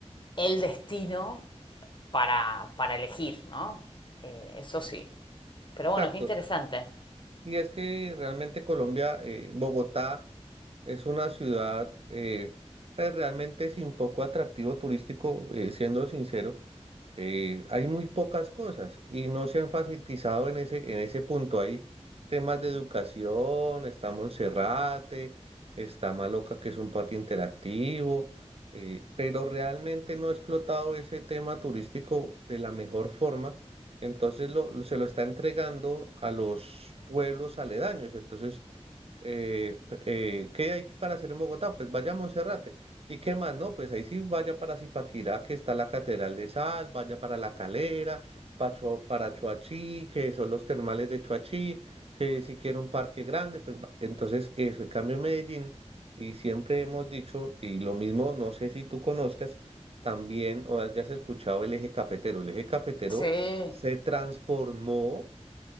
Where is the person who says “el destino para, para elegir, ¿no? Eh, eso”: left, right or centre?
Left